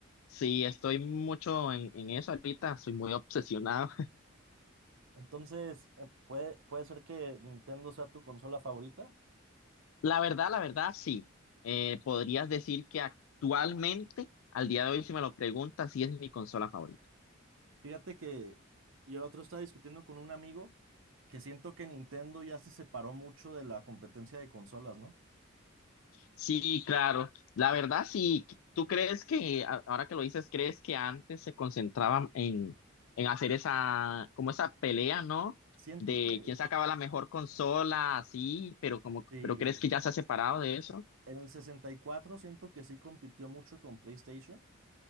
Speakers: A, on the left (about 75°); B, on the right (about 65°).
A: sí, estoy mucho en, en eso ahorita, soy muy obsesionado.
B: Entonces, eh, ¿puede, puede ser que Nintendo sea tu consola favorita?
A: La verdad, la verdad, sí. Eh, podrías decir que actualmente, al día de hoy, si me lo preguntas, sí es mi consola favorita.
B: Fíjate que yo el otro estaba discutiendo con un amigo que siento que Nintendo ya se separó mucho de la competencia de consolas, ¿no?
A: Sí, claro. La verdad, sí. ¿Tú crees que, a- ahora que lo dices, crees que antes se concentraban en, en hacer esa, como esa pelea, ¿no?
B: Siento
A: De
B: que...
A: quién sacaba la mejor consola, así, pero como,
B: Sí,
A: pero crees que ya se ha separado de eso?
B: En el 64 siento que sí compitió mucho con PlayStation,